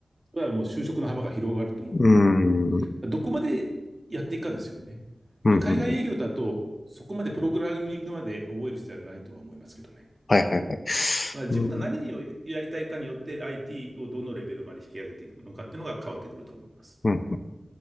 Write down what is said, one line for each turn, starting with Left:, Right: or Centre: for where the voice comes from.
Right: それはもう就職の幅が広がると思うんで。
Left: ーん。うん
Right: どこまでやっていくかですよね。
Left: うんうん。
Right: 海外営業だと、そこまでプログラミングまで覚える必要はないとは思いますけどね。
Left: はいはいはい。
Right: まあ、自分が何をやりたいかによって
Left: うん。
Right: IT をどのレベルまで引き上げていくのかっていうのが変わってくると思います。
Left: うん。